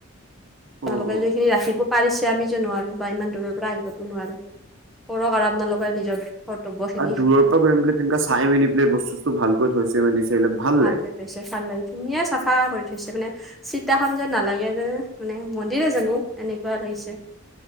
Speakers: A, in the centre; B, on the right.
A: আপোনালোকে
B: অ অ
A: যে ইখিনি ৰাখিব পাৰিছে আমি যে নোৱাৰো বা ইমান দূৰৰ পৰা আহিবতো নোৱাৰো কৰক আৰ আপোনালোকে নিজৰ কৰ্তব্যখিনি
B: আৰু দূৰৰ পৰা কৰিম পেলাই তেনকা চাই মেলি পেলাই বস্তু -চষ্টো ভালকৈ থৈছে মেলিছে এইবিলাক ভাল
A: ভালকে
B: লাগে
A: থৈছে ভাল লাগে ধুনীয়া চাফা কৰি থৈছে মানে চিতাখন যে নালাগে যে মানে মন্দিৰে জানো এনেকুৱা লাগিছে।